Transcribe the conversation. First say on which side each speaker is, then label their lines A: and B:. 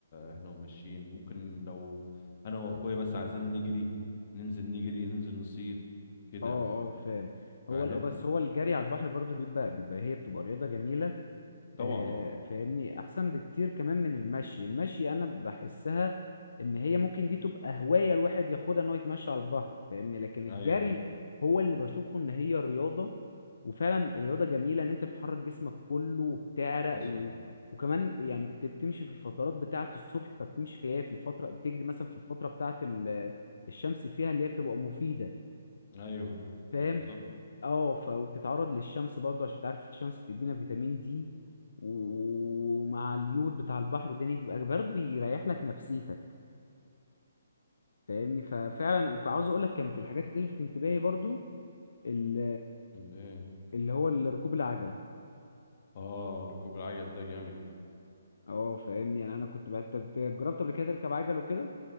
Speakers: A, on the left; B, on the left.
A: احنا وماشيين ممكن لو انا واخويا مثلا عايزين نجري ننزل نجري ننزل نصيد كده
B: اه اه فاهم هو
A: فاهم
B: ال- بس هو الجري على البحر برضه بيبقى بيبقى هي بتبقى رياضة جميلة
A: طبعا
B: آه، فاهمني احسن بكتير كمان من المشي المشي انا بحسها ان هي ممكن دي تبقى هواية الواحد ياخدها ان هو يتمشى على البحر فاهمني لكن الجري
A: ايوه
B: هو اللي بشوفه ان هي رياضة وفعلا رياضة جميلة ان انت بتحرك جسمك كله وبتعرق
A: حصل
B: و... وكمان يعني بت- بتمشي في الفترات بتاعة الصبح فبتمشي فيها في الفترة بتجري مثلا في الفترة بتاعة ال- الشمس فيها اللي هي بتبقى مفيدة
A: ايوه
B: فاهم
A: بالظبط
B: اه ف وبتتعرض للشمس برضه عشان تعرف الشمس بتدينا فيتامين دي ومع اليود بتاع البحر الدنيا بيبقى برضه بيريح لك نفسيتك فاهمني ففعلا وعاوز اقول لك كانت الحاجات اللي لفت انتباهي برضه ال-
A: حصل
B: اللي هو ال- ركوب العجل
A: اه ركوب العجل ده جامد
B: اه فاهمني يعني انا كنت بقى انت جربت قبل كده تركب عجل وكده